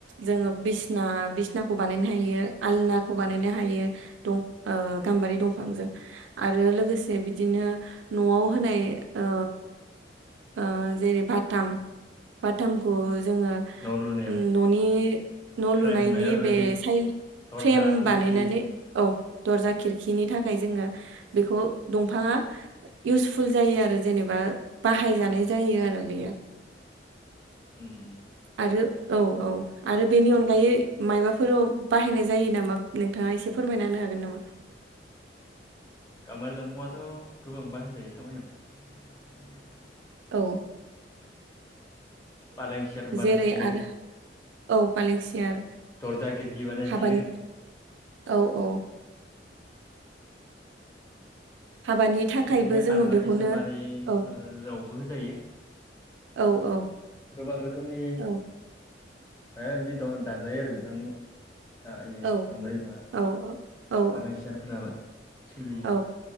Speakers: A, on the right; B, on the left.
A: जोङो बिसना बिसनाखौ बानायनो हायो आलनाखौ बानायनो हायो दं ओ गाम्बारि दंफांजों। आरो लोगोसे बिदिनो न'आव होनाय ओ ओ जेरै बाथाम बाथामखौ जोङो
B: न' लुनायाव
A: न'नि न'
B: फ्रेम
A: लुनायनि
B: माबा माबि
A: बे साइ
B: दरजा
A: फ्रेम
B: खिरखि
A: बानायनानै औ दरजा खिरखिनि थाखाय जोङो बेखौ दंफाङा इउसफुल जायो आरो जेनेब बा बाहाय जानाय जायो आरो बेयो।
B: उम उम।
A: आरो औ औ आरो बेनि अनगायै माइबाफोराव बाहायनाय जायो नामा नोंथाङा एसे फोरमायना होनो हागोन नामा?
B: गाम्बारि दंफांआथ' गोबां बाहाय जायो खामानियाव।
A: औ
B: फालें सियार बानाय
A: जेरै
B: जायो।
A: आरो औ पालें सियार
B: दरजा खिरखि बानाय
A: हाबानि
B: जायो।
A: औ औ। हाबानि थाखायबो
B: बिदिनो
A: जोङो
B: आलमारि
A: बेखौनो
B: सालमारिफोरावबो
A: औ
B: होजायो
A: औ औ।
B: गोबां रोखोमनि
A: औ
B: माबा माबि द दानजायो आरो बिफां आ इयो
A: औ
B: गामबारि बिफाङा
A: औ औ
B: फालें सियारफोराबो सोलियो।
A: औ